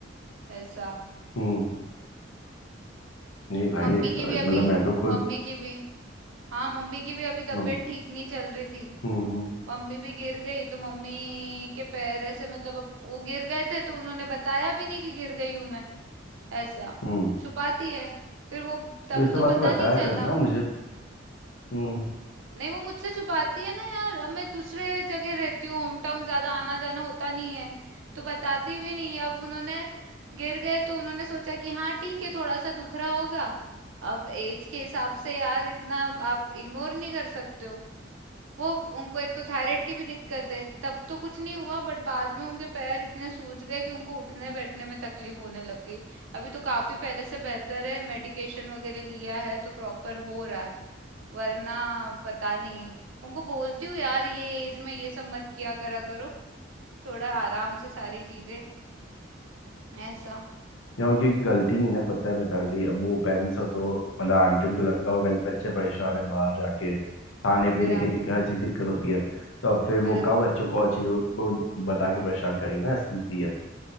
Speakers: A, on the right; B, on the left.
A: ऐसा
B: हम्म। नहीं भाई
A: मम्मी
B: अ,
A: की भी
B: मतलब
A: अभी
B: मैं तो खुद
A: मम्मी की भी हाँ मम्मी की भी अभी तबीयत
B: हम्म
A: ठीक नहीं चल रही थी
B: हम्म हम्म
A: मम्मी भी गिर गई तो मम्मी के पैर ऐसे मतलब अब वो गिर गए थे तो उन्होंने बताया भी नहीं कि गिर गई हूं मैं ऐसा
B: हम्म।
A: छुपाती है फिर वो तब
B: तो इस
A: तो
B: बात
A: पता
B: तो बताया
A: नहीं चला
B: करना मुझे हम्म
A: नहीं, वो मुझसे छुपाती है ना यार, अब मैं दूसरे जगह रहती हूँ, होम टाउन ज़्यादा आना-जाना होता नहीं है, तो बताती भी नहीं है। अब उन्होंने गिर गए तो उन्होंने सोचा कि हाँ ठीक है, थोड़ा-सा दुख रहा होगा। अब एज के हिसाब से यार इतना आप इग्नोर नहीं कर सकते हो। वो उनको एक तो थायराइड की भी दिक्कत है, तब तो कुछ नहीं हुआ बट बाद में उनके पैर इतने सूज गए कि उनको उठने-बैठने में तकलीफ होने लग गई। अभी तो काफ़ी पहले से बेहतर है, मेडिकेशन वगैरह लिया है तो प्रॉपर हो रहा है। वरना पता नहीं उनको बोलती हूँ यार ये एज में ये सब मत किया करा करो थोड़ा आराम से सारी चीजें ऐसा
B: या उनकी गलती नहीं ना पता है मिताली अब वो पेरेंट्स हो तो मतलब आंटी उनको लगता होगा पहले बच्चे परेशान है बाहर जाके खाने पीने
A: बराबर
B: की दिक्कत हर चीज दिक्कत होती है तो अब फिर
A: बराबर
B: वो कब बच्चों को और चीजों को बता के परेशान करेगी ना इसलिए